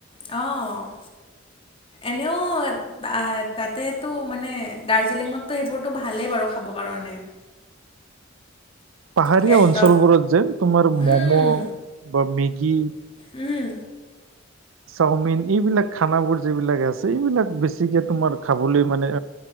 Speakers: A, on the left; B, on the right.
A: অ', এনেও আহ তাতেতো মানে দাৰ্জিলিংটো সেইবোৰতো ভালেই বাৰু খাব কাৰণে।
B: পাহাৰীয়া
A: গেংটক
B: অঞ্চলবোৰত যেন তোমাৰ
A: উম
B: ম'ম' বা মেগী
A: উম।
B: চাওমিন এইবিলাক খানাবোৰ যিবিলাক আছে এইবিলাক বেছিকে তোমাৰ খাবলৈ মানে